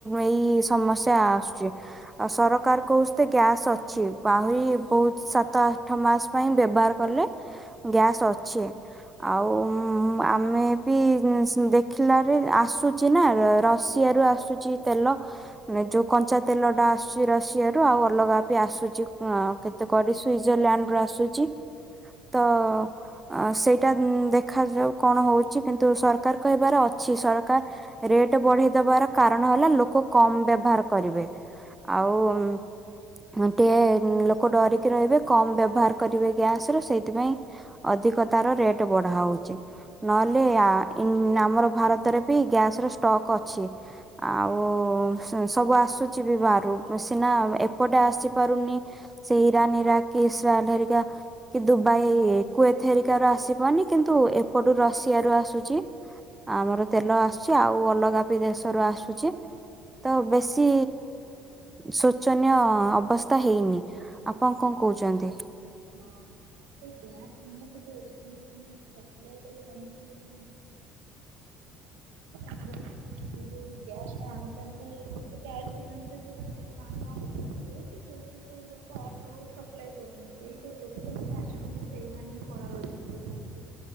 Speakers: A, on the right (about 15°); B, on the right (about 85°).
A: ଏଇ ସମସ୍ୟା ଆସୁଛି। ଆଉ ସରକାର କହୁଛିତେ ଗ୍ୟାସ୍ ଅଛି। ଆହୁରି ବହୁତ ସାତ ଆଠ ମାସ ପାଇଁ ବ୍ୟବହାର କଲେ ଗ୍ୟାସ୍ ଅଛି। ଆଉ
B: ହଁ <unintelligible>
A: ଆମେ ବି ମ୍ ସ ଦେଖିଲା ରେ ଆସୁଚି ନା ର ରଷିଆରୁ ଆସୁଚି ତେଲ। ମାନେ ଯୋଉ କଞ୍ଚା ତେଲ ଟା ଆସୁଚି ରଷିଆରୁୁ ଆଉ ଅଲଗା ବି ଆସୁଚି ଅଁ କେ ତ କରି ସୁଇଜରଲାଣ୍ଡ ରୁ ଆସୁଚି ତ ଅଁ ସେଇଟା ଉଁ ଦେ ଦେଖାଯାଉ କଣ ହଉଚି କିନ୍ତୁ ସରକାର କହିବାର ଅଛି ସରକାର ରେଟ୍ ବଢେଇଦବାର କାରଣ ହେଲା ଲୋକ କମ୍ ବ୍ୟବହାର କରିବେ। ଆଉ ମ୍ ଟେ ଲୋକ ଡରିକି ରହିବେ କମ ବ୍ୟବହାର କରିବେ ଗ୍ୟାସ ର ସେଇଥିପାଇଁ ଅଧିକ ତାର ରେଟ୍ ବଢଉ ନହେଲେ ଆ ଇନ ଆମର ଭାରତରେ ବି ଗ୍ୟାସ ର ଷ୍ଟକ୍ ଅଛି। ଆଉ ସ ସବୁ ଆସୁଚି ବି ବାହାରୁ ସିନା ଏପଟେ ଆସିପାରୁନି ସେଇ ଇରାନ ଇରାକ କି ଏସରାଲ୍ ହେରିକା କି ଦୁବାଇ କୁଏଥ ହେରିକା ରୁ ଆସିପାରୁନି କିନ୍ତୁ ଏପଟୁ ରଷିଆ ରୁ ଆସୁଚି। ଆମର ତେଲ ଆସୁଚି ଆଉ ଅଲଗା ବି ଦେଶରୁ ଆସୁଚି। ତ ବେଶୀ ଶୋଚନୀୟ ଅବସ୍ଥା ହେଇନି। ଆପଣ କଣ କହୁଚନ୍ତି?
B: ହଁ ତ ଗ୍ୟାସ୍ ନିହାନ୍ତି ଯୋଉ ଏଚ ପି <unintelligible> ଅପ୍ଲାୟ କରିବ ଅଣୁଚନ୍ତି <unintelligible> ସେ ଯୋଉ ଗ୍ୟାସ୍ ଟା ଆଣୁଚନ୍ତି ଗୋଟେ <unintelligible> ବି ଆଣୁଛନ୍ତି ନା <unintelligible> କୋଉଠୁ ସବୁ ସପ୍ଲାୟେ ଟାଉନ ରୁ ହୋଉ ସପ୍ଲାୟେ କରୁଚନ୍ତି ଏ <unintelligible> ଆସୁଚନ୍ତି ସେଇମାନେ ହିଁ କଳା ବଜାର କରୁଚନ୍ତି।